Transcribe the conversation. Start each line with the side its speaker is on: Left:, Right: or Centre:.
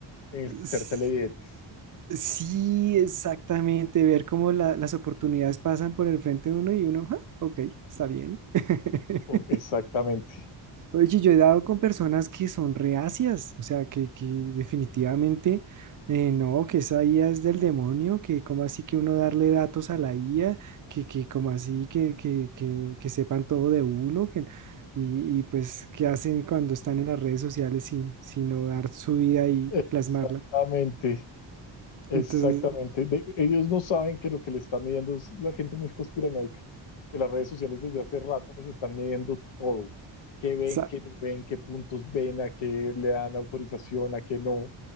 Left: El
Right: s-
Left: ser televidentes.
Right: sí, exactamente, ver cómo la- las oportunidades pasan por el frente de uno y uno, "Ah, ok, está bien. <laughs>
Left: Oh, exactamente.
Right: Oye, yo he dado con personas que son reacias, o sea, que, que definitivamente eh, no, que esa IA es del demonio, que como así que uno darle datos a la IA, que, que como así que, que, que, que sepan todo de uno, que, y, y pues qué hacen cuando están en las redes sociales sin, sino dar su vida y
Left: Exactamente.
Right: plasmarla.
Left: Exactamente.
Right: Entonces,
Left: De- ellos no saben que lo que les está midiendo es la gente muy conspiranoica. Que las redes sociales desde hace rato les están midiendo todo. Qué ven,
Right: sa-
Left: qué no ven, qué puntos ven, a qué le dan autorización, a qué no.